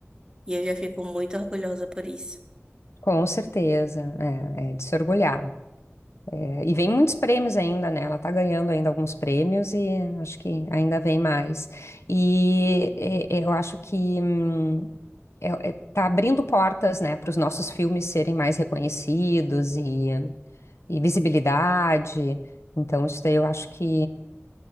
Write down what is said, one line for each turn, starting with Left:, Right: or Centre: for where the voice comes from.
Right: E eu já fico muito orgulhosa por isso.
Left: com certeza, é, é de se orgulhar. É, e vem muitos prêmios ainda, né? Ela tá ganhando ainda alguns prêmios e acho que ainda vem mais. E é, eu acho que. hum, é- é- tá abrindo portas, né, para os nossos filmes serem mais reconhecidos e, e visibilidade. Então, isso daí eu acho que